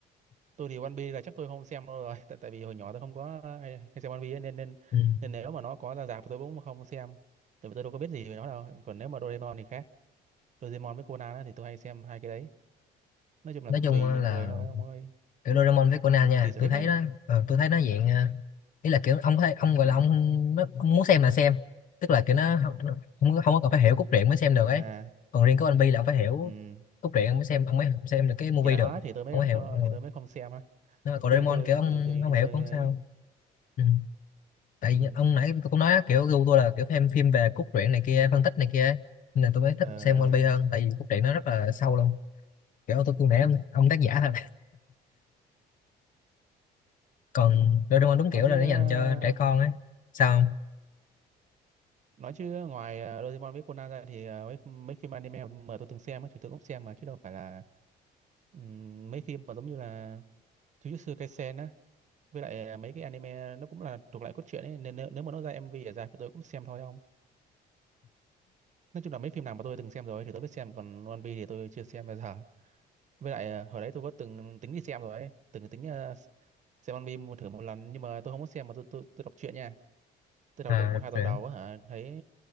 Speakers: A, on the right (about 45°); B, on the left (about 50°).
A: tôi thì One Piece là chắc tôi không xem đâu rồi <laughs> tại tại vì hồi nhỏ tôi không có hay, hay xem One Piece ấy, nên nên
B: ừ.
A: nên nếu mà nó có ra rạp tôi cũng không xem tại vì tôi đâu có biết gì về nó đâu còn nếu mà Doraemon thì khác Doraemon với Conan á, thì tôi hay xem hai cái đấy nói chung là
B: nói
A: cũng
B: chung
A: tùy
B: là
A: người thôi ông ơi
B: kiểu Doraemon với Conan
A: Ừ,
B: nha
A: tùy sở
B: tôi
A: thích
B: thấy
A: ấy
B: nó ờ, tôi thấy nó dạng ờ, ý là kiểu ông có thể ông
A: ừ
B: gọi là ông, nó, ông muốn xem là xem tức là kiểu nó không không, có- không có cần phải hiểu cốt truyện mới xem được
A: à
B: ấy còn riêng của anh Bi là ông phải hiểu
A: ừ
B: cốt truyện ông mới xem ông mới xem được cái movie
A: thì đó
B: được
A: thì tôi mới
B: ông
A: kho-
B: mới hiểu ừ.
A: thì tôi mới không xem á
B: Nhưng mà còn
A: chứ
B: Doraemon
A: tôi
B: kiểu
A: tôi
B: ông
A: tôi tôi,
B: không hiểu
A: tôi
B: cũng không
A: ấy
B: sao ừ. tại
A: ừ
B: vì ông nãy tôi cũng nói á, kiểu gu tôi là kiểu xem phim về cốt truyện này kia phân tích này kia ấy. nên là tôi mới thích
A: ờ,
B: xem
A: ờ,
B: One Piece hơn tại vì cốt truyện nó rất là sâu luôn kiểu tôi cũng nãy ông, ông tác giả thật còn Doraemon đúng
A: nói
B: kiểu
A: chứ
B: là nó
A: ờ,
B: dành cho trẻ con ấy sao không
A: nói chứ ngoài ờ, Doraemon với Conan ra thì ờ, mấy mấy phim anime mà tôi từng xem á thì tôi cũng xem mà chứ đâu phải là ừ, mấy phim mà giống như là Jujutsu Kaisen á với lại ờ, mấy cái anime nó cũng là thuộc lại cốt truyện ấy nên nếu, nếu mà nó ra MV ở dài thì tôi cũng xem thôi không. nói chung là mấy phim nào mà tôi từng xem rồi thì tôi biết xem còn One Piece thì tôi chưa xem bao giờ với lại ờ, hồi đấy tôi có từng tính đi xem rồi ấy từng tính ờ, xem anime một thử một lần nhưng mà tôi không có xem mà tôi tôi, tôi đọc truyện nha tôi đọc
B: à
A: được một
B: đọc
A: hai tập
B: truyện
A: đầu á hả thấy